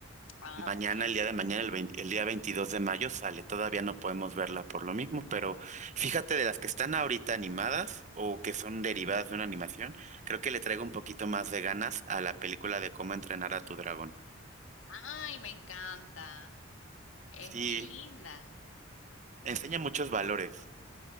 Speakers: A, on the left (about 85°); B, on the right (about 35°).
A: Ah,
B: Mañana,
A: ok.
B: el día de mañana, el, vein- el día 22 de mayo sale. Todavía no podemos verla por lo mismo, pero fíjate de las que están ahorita animadas o que son derivadas de una animación, creo que le traigo un poquito más de ganas a la película de cómo entrenar a tu dragón.
A: Ay, me encanta. Es
B: Sí,
A: muy linda.
B: enseña muchos valores.